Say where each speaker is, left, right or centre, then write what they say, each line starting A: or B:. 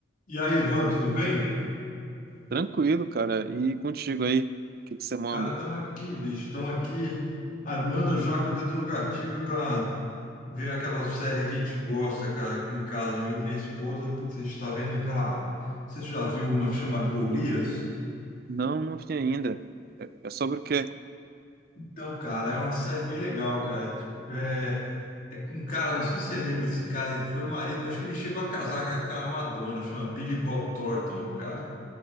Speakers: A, on the left; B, on the right.
A: E aí, Ivan, tudo bem?
B: Tranquilo, cara. E contigo aí, o que que você manda?
A: Cara, estamos aqui, bicho, estamos aqui armando já com o dedo no gatilho para ver aquela série que a gente gosta, cara, aqui em casa, eu e minha esposa. Putz, a gente está vendo aquela. Não sei se você já viu uma que chama Golias.
B: Não, não vi ainda. É é sobre o quê?
A: Então, cara, é uma série bem legal, cara. É, tipo, é é com um cara, não sei se você lembra esse cara, ele foi marido, acho que ele chegou a casar com a Madonna, chama Billy Bob Thornton, o cara.